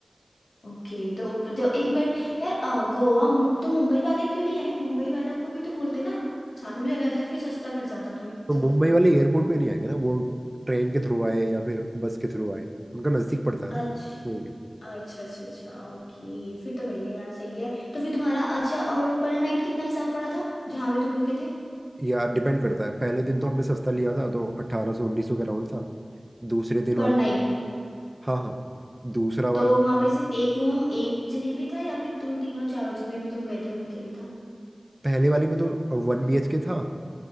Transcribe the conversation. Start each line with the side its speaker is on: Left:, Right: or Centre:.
Left: ओके तो जब एक मिनट यार अ, गोवा मुं, तो मुंबई वाले क्यों नहीं आए मुंबई वालों को भी तो बोलते ना साथ में चले जाते तो फिर सस्ता पड़ जाता तुम्हें
Right: तो
Left: सबको
Right: मुंबई वाले एयरपोर्ट पे नहीं आएंगे ना वो ट्रेन के थ्रू आए या फिर बस के थ्रू आए उनका नज़दीक पड़ता है
Left: अच्छा
Right: ना वही है।
Left: अच्छा अच्छा अच्छा ओके फिर तो बढ़िया यार सही है तो फिर तुम्हारा अच्छा और पर नाइट कितना हिसाब पड़ा था जहां भी तुम रुके थे
Right: या डिपेंड करता है पहले दिन तो हमने सस्ता लिया था तो अट्ठारह सौ उन्नीस सौ के राउंड था दूसरे दिन
Left: पर
Right: वाला
Left: नाइट
Right: हाँ हाँ दूसरा
Left: तो
Right: वाला
Left: वहां पे सिर्फ एक रूम एक जने के लिए था या फिर तुम तीनों चारों जितने भी तुम गए थे उनके लिए था
Right: पहले वाले में तो वन बी एच के था